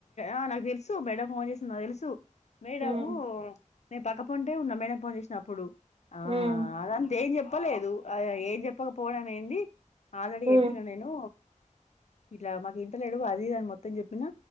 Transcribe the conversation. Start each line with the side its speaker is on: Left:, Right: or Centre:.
Left: ఆ నాకు తెలుసు మేడం ఫోన్ చేసింది నాకు తెలుసు మేడము
Right: ఉమ్
Left: నేను పక్కపంటే ఉన్నా మేడం ఫోన్ చేసినప్పుడు ఆ
Right: ఉమ్
Left: అదంతా ఏం చెప్పలేదు ఏం చెప్పకపోవడంమే ఏంది ఆల్రెడీ
Right: ఉమ్
Left: చెప్పిన నేను ఇట్లా మాకు ఇంటి లేదు అది అని మొత్తం చెప్పినా